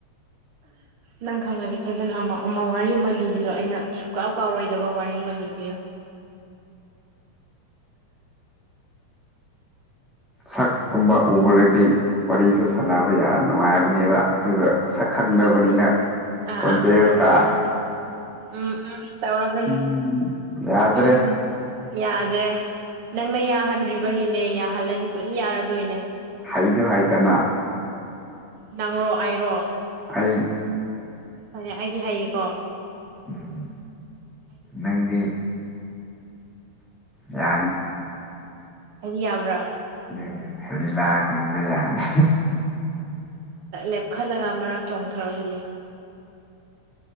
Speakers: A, on the right; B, in the centre.
A: ꯅꯪ ꯈꯪꯉꯗꯤ ꯐꯖꯅ ꯑꯃ ꯑꯃ ꯋꯥꯔꯤ ꯑꯃ ꯂꯤꯕꯤꯌꯣ ꯑꯩꯅ ꯁꯨꯛꯀꯥꯎ ꯀꯥꯎꯔꯣꯏꯗꯕ ꯋꯥꯔꯤ ꯑꯃ ꯂꯤꯕꯤꯌꯣ <inaudible>
B: ꯁꯛꯀꯨꯝꯕ ꯎꯕꯗꯗꯤ ꯋꯥꯔꯤꯁꯨ ꯁꯥꯟꯅꯕ ꯌꯥꯝ ꯅꯨꯡꯉꯥꯏꯕꯅꯦꯕ ꯑꯗꯨꯒ ꯁꯛꯈꯪꯗꯅꯕꯅꯤꯅ
A: ꯑꯁ ꯑꯁ ꯑꯥ
B: ꯀꯣꯟꯖꯦ
A: ꯑꯥ ꯑꯥ ꯇꯧꯔꯒꯅꯨ
B: ꯇꯥ
A: ꯎꯝ ꯎꯝ ꯇꯧꯔꯒꯅꯨ
B: ꯎꯝ ꯌꯥꯗ꯭ꯔꯦ
A: ꯎꯝ ꯌꯥꯗ꯭ꯔꯦ ꯅꯪꯅ ꯌꯥꯍꯟꯗ꯭ꯔꯤꯕꯒꯤꯅꯦ ꯌꯥꯍꯜꯂꯗꯤ ꯑꯗꯨꯝ ꯌꯥꯔꯗꯣꯏꯅꯦ
B: ꯑꯩꯁꯨ ꯍꯥꯏꯗꯅ
A: ꯅꯪꯔꯣ ꯑꯩꯔꯣ
B: ꯑꯩ
A: ꯍꯣꯏꯅꯦ ꯑꯩꯗꯤ ꯍꯥꯏꯌꯦꯀꯣ
B: ꯎꯝ ꯅꯪꯗꯤ ꯌꯥꯅꯤ
A: ꯍꯥꯏꯗꯤ ꯌꯥꯕ꯭ꯔꯥ
B: ꯎꯝ ꯍꯂꯥ ꯀꯕ ꯌꯥꯅꯤ
A: ꯂꯦꯞꯈꯠꯂꯒ ꯃꯔꯛ ꯆꯣꯡꯊꯔꯛꯑꯣ ꯑꯗꯨꯗꯤ